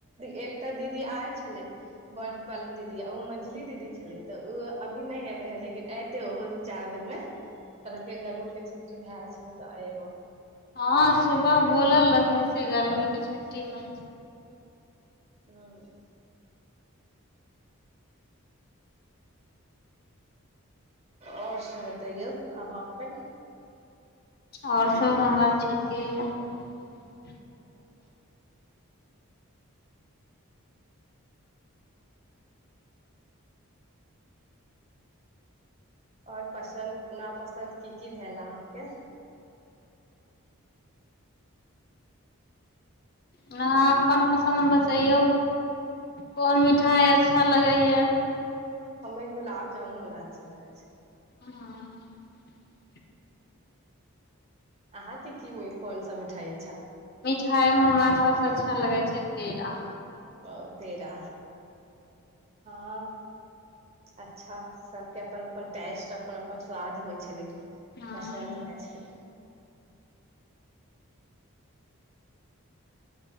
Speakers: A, on the right (about 30°); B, on the left (about 45°).
A: एकटा दीदी आयल छलै बड़ बाली दीदी आ ओ मझली दीदी छलै तऽ ओ अभी नहि एले हे लेकिन एऐते ओहो दू चारि दिन मे कहलक गर्मी के छुट्टी भए छल तऽ एबो
B: हँ सुबह बोलल रहथिन से गर्मी के छुट्टीमे
A: हँ आओर सब बतैयौ अहाँ अपन
B: आओर सभ हमर ठीके यए
A: <inaudible> आओर पसन्द नापसन्द की की भेल अहाँके
B: आहाँ अपन पसन्द बतैयौ कोन मिठाइ अच्छा लगैए
A: हमे गुलाब जाउन होरा अच्छा लगै छै
B: हँ
A: अहाँके की मे कोन सा मिठाई ऐ
B: मिठाइ मे हमरा सब अच्छा लगै छै केरा
A: ओ पेड़ा हँ अच्छा सबके अपन अपन टेस्ट अपन अपन स्वाद होइ छलै
B: हँ
A: पसन्द होइ छलै